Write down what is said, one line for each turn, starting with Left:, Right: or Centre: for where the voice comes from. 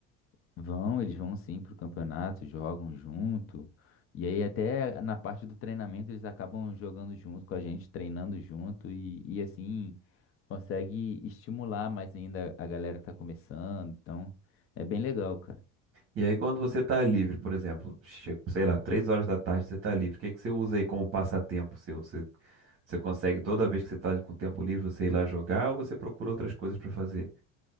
Left: Vão, eles vão sim pro campeonato, jogam junto. E aí até na parte do treinamento eles acabam jogando junto com a gente, treinando junto e, e assim consegue estimular mais ainda a galera que tá começando. Então, é bem legal, cara.
Right: E aí quando você tá livre, por exemplo, chega, sei lá, três horas da tarde você tá livre, o que que você usa aí como passatempo seu? Você, você consegue toda vez que você tá com tempo livre você ir lá jogar ou você procura outras coisas pra fazer?